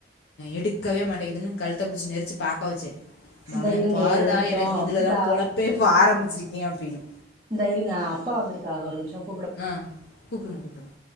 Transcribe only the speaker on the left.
எடுக்கவே மாட்டேங்கிதுன்னு கழுத்தை புடிச்சி நெரிச்சு பாக்க வச்சேன்
மவனை
பாருடா
எனக்கு இதுலதா
பொழப்பே ப்பா ஆரம்பிச்சிருக் ஏன் அப்டின்னு
அ கூப்டுங்க கூப்டுங்க